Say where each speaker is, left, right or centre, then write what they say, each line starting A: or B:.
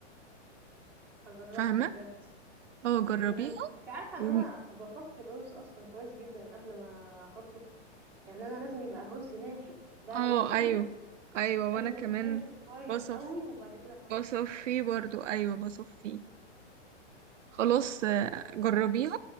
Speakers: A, in the centre; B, on the right.
A: هجربها
B: فاهمه
A: بجد
B: اه
A: أوكي
B: جربيها
A: ده أن... أنت عارفة
B: و...
A: إن أنا بصفي الرز أصلا كويس جدا قبل ما أحطه يعني أنا لازم يبقى الرز ناشف بعد
B: اه
A: ما أغسله
B: ايوه ايوه
A: لازم
B: وانا كمان
A: يبقى ناشف كويس
B: بصف
A: قوي وبعد كده احطه
B: بصف فيه برضو ايوه بصف فيه خلاص
A: ف
B: آه، جربيها